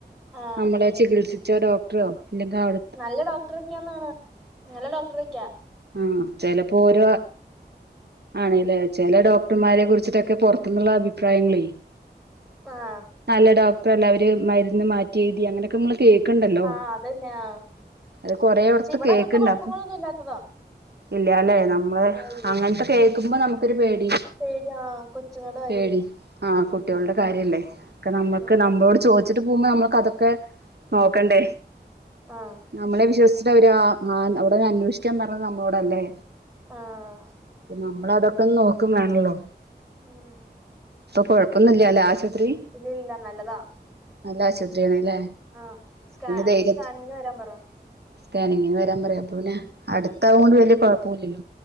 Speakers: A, in the centre; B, on the right (about 70°).
A: ആഹ്
B: നമ്മളെ ചികിത്സിച്ചാ ഡോക്ടറോ ഇല്ലെങ്കി അവിടെ
A: നല്ല ഡോക്ടറൊക്കെന്നാണ് നല്ല ഡോക്ടറൊക്കാ
B: ആഹ് ചെലപ്പോ ഓരോ ആണ് ല്ലേ ചെല ഡോക്ടർമാരെ
A: ഉം
B: കുറിച്ചിട്ടൊക്കെ പൊറത്ത്ന്ന്ള്ള അഭിപ്രായങ്ങളേ
A: ആഹ്
B: നല്ല ഡോക്ടറല്ല അവര് മരുന്ന് മാറ്റി എഴുതി അങ്ങനൊക്കെ നമ്മള് കേക്ക്ണ്ടല്ലോ
A: ആഹ് അതന്നെ ആഹ്
B: അത് കൊറേയൊടത്ത്
A: പക്ഷെ ഇവിടെ
B: കേക്ക്ണ്ട്
A: അങ്ങനത്തെ കുഴപ്പങ്ങളൊന്നും
B: അപ്പൊ
A: ഇല്ലാത്തതാ
B: ഇല്ലാല്ലേ നമ്മളെ
A: ആഹ് ഇല്ലില്ല
B: അങ്ങന്ത്തെ കേൾക്കുമ്പോ നമുക്കൊരു പേടി
A: പേടിയാ കൊച്ചുങ്ങടെ കാര്യല്ലേ
B: പേടി ആഹ് കുട്ടികളുടെ കാര്യല്ലേ ഒക്കെ നമ്മക്ക്
A: ആഹ്
B: നമ്മളോട് ചോയിച്ചിട്ട് പോവുമ്പോ നമ്മൾക്ക് അതൊക്കെ നോക്കണ്ടേ
A: ആഹ്
B: നമ്മളെ വിശ്വസിച്ചിട്ട് അവര് ആഹ് ആ അവിടെ അന്വേഷിക്കാൻ പറഞ്ഞത് നമ്മളോടല്ലേ
A: ആഹ്
B: നമ്മള് അതൊക്കൊന്ന് നോക്കും വേണല്ലോ
A: ഉം
B: കൊഴപ്പൊന്നുല്ലല്ലേ ആശുപത്രി
A: ഇല്ല ഇല്ല നല്ലതാ
B: നല്ല ആശുപത്രിയാണല്ലേ
A: ആഹ് സ്കാ അടുത്ത
B: ധൈര്യത്ത്
A: സ്കാനിങ്ങിന് വരാൻ പറ
B: സ്കാനിങ്ങിന് വരാൻ പറയാം അപ്പൊ പിന്നെ അടുത്താവൊണ്ട് വലിയ കൊഴപ്പന്നൂല്ല